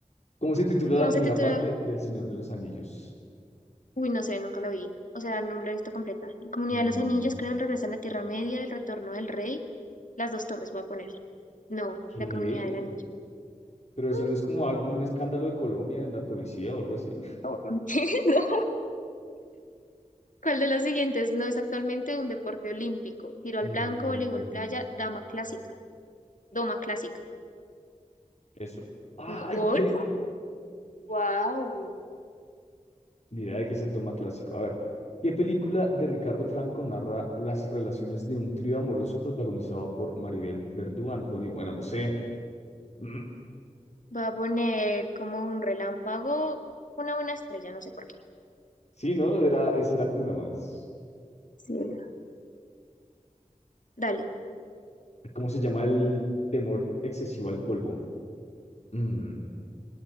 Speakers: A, on the left; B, on the left.
A: ¿cómo se titula
B: ¿Cómo
A: la primera
B: se titula?
A: parte del Señor de los Anillos?
B: Uy, no sé, nunca la vi. O sea, no la he visto completa. La Comunidad
A: Mm,
B: de los Anillos, creo, el regreso a la Tierra Media, el retorno del rey, las dos torres, voy a poner. No,
A: ¿qué?
B: la Comunidad del Anillo.
A: Pero eso
B: Mm,
A: no es como algún escándalo de Colombia en la policía o algo así. <laughs>
B: No, no, <laughs> Mm, No. ¿Cuál de los siguientes no es actualmente un deporte olímpico? Tiro al
A: Mm,
B: blanco, voleibol playa, dama clásica, doma clásica.
A: eso. ¡Ay,
B: No, ¿golf?
A: qué!
B: Wow.
A: Ni idea de qué es el doma clásico. A ver, ¿qué película de Ricardo Franco narra las relaciones de un trío amoroso protagonizado por Maribel Verdú, Antonio? Bueno, no sé. <clears throat>
B: Voy a poner como un relámpago, una una estrella, no sé por qué.
A: Sí, ¿no? Era, esa era como la más.
B: Sí, era. Dale.
A: ¿Cómo se llama el temor excesivo al polvo? Mm,